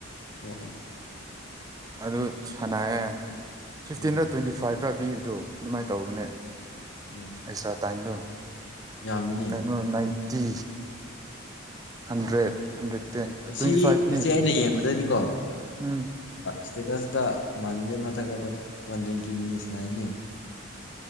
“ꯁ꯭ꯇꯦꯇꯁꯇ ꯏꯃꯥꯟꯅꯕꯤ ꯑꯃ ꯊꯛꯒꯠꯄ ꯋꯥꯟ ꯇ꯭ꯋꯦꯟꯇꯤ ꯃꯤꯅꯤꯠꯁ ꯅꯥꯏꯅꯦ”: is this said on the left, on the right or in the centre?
Left